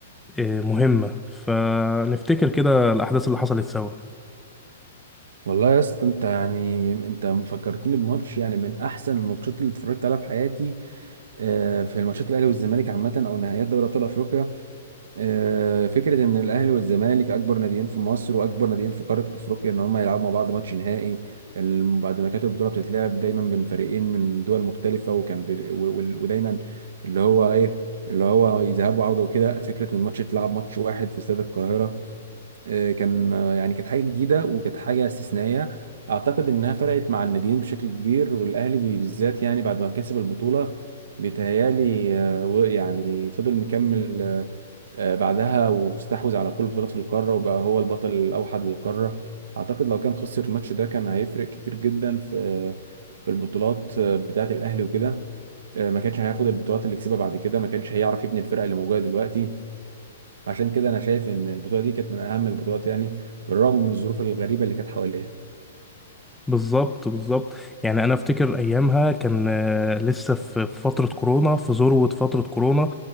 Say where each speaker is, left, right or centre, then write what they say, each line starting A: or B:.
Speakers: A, in the centre; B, on the right.
A: آه، مهمة فنفتكر كده الاحداث اللي حصلت سوا
B: والله يا اسطى انت يعني انت فكرتني بماتش يعني من احسن الماتشات اللي اتفرجت عليها في حياتي آه، في الماتشات الاهلي والزمالك عامه او نهائيات دوري ابطال افريقيا آه، فكره ان الاهلي والزمالك اكبر ناديين في مصر واكبر ناديين في قاره افريقيا ان هم يلعبوا مع بعض ماتش نهائي ال- بعد ما كانت البطوله بتتلعب دايما بين فريقين من دول مختلفه وكان بي- و- و- ودايما اللي هو ايه اللي هو يذهب وعوده وكده فكره ان الماتش يتلعب ماتش واحد في استاد القاهره آه، كان آه، يعني كانت حاجه جديده وكانت حاجه استثنائيه اعتقد انها فرقت مع الناديين بشكل كبير والاهلي بي- بالذات يعني بعد ما كسب البطوله بيتهيالي آه، و- يعني فضل مكمل آه، آه، بعدها واستحوذ على كل البطولات في القاره وبقى هو البطل الاوحد للقاره اعتقد لو كان خسر الماتش ده كان هيفرق كتير جدا في في البطولات آه، بتاعه الاهلي وكده آه، ما كانش هياخد البطولات اللي كسبها بعد كده ما كانش هيعرف يبني الفرقه اللي موجوده دلوقتي عشان كده انا شايف ان البطوله دي كانت من اهم البطولات يعني بالرغم من الظروف الغريبه اللي كانت حواليها
A: بالظبط بالظبط يعني انا افتكر ايامها كان آه، لسه في في فتره كورونا في ذروه فتره كورونا